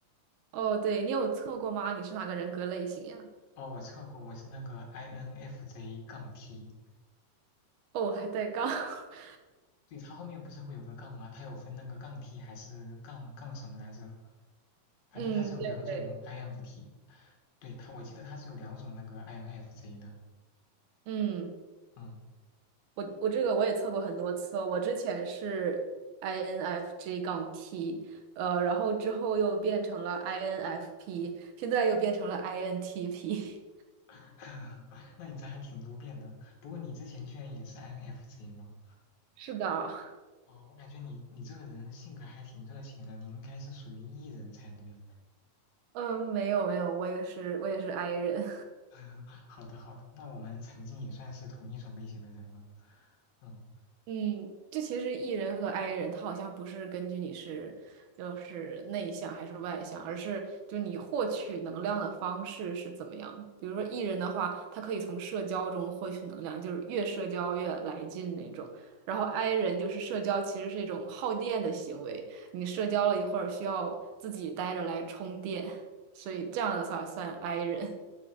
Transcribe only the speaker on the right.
哦，对，你有测过吗？你是哪个人格类型呀？
哦，还带杠。<laughs>
嗯，对对，
嗯，
我我这个我也测过很多次哦我之前是 INFJ 杠 T，呃，然后之后又变成了 INFP，现在又变成了 INTP。
<laughs> 是的，
嗯，没有没有，我也是我也是 I 人。
嗯，这其实 E 人和 I 人，他好像不是根据你是就是内向还是外向，而是就你获取能量的方式是怎么样。比如说 E 人的话，他可以从社交中获取能量，就是越社交越来劲那种。然后 I 人就是社交其实是一种耗电的行为，你社交了一会儿需要自己待着来充电，所以这样的话算 I 人。